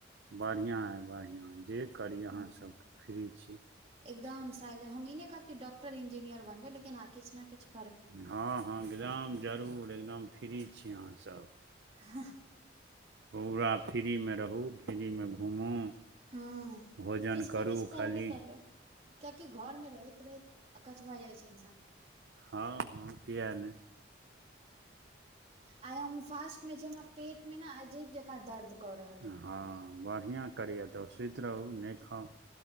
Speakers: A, on the right; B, on the right.
A: बढ़िया अइ बढ़िया जे करी
B: हूँ
A: अहाँसबके फ्री छी।
B: एकदम साइले हम इ नै कहब कि डॉक्टर, इंजीनियर बनबै लेकिन हं किछ ना किछ
A: हं हं एकदम जरूर एकदम फ्री छी अहाँसब।
B: हह
A: पुरा फ्री मे रहू फ्रीमे घूमू
B: हं
A: भोजन
B: किछ
A: करू
B: ने किछ करबे
A: खाली
B: करबै कियेकि घर मे रहैत रहैत अकच्छ भ जाइ छै इंसान।
A: हं हं किया नै।
B: आइ हम फ़ास्ट में छी हमरा पेट मे न अजीब जेंका दर्द कऽ रहल अइ
A: ह बड़िया करैए तऽ सुति रहू नै खाउ।